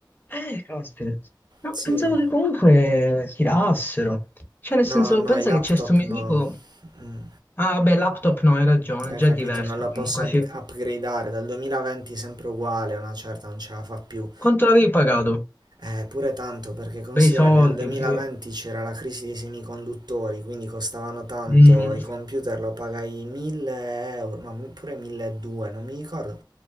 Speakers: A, on the left; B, on the right.
A: Eh, caspita. No,
B: Sì.
A: pensavo che comunque tirassero. Cioè, nel senso,
B: No, no,
A: pensa
B: i laptop
A: che c'è sto mio
B: no.
A: amico...
B: Mm,
A: Ah, beh, laptop no, hai ragione,
B: Hai
A: già
B: capito?
A: è diverso
B: Non lo
A: comunque,
B: posso up-
A: sì.
B: upgradeare. Dal 2020 sempre uguale, una certa non ce la fa più.
A: Quanto l'avevi pagato?
B: Eh, pure tanto perché considera
A: Bei soldi,
B: che nel 2020
A: sì.
B: c'era la crisi dei semiconduttori, quindi costavano tanto,
A: Mm.
B: i computer lo pagai 1000 euro, no, pure 1200, non mi ricordo,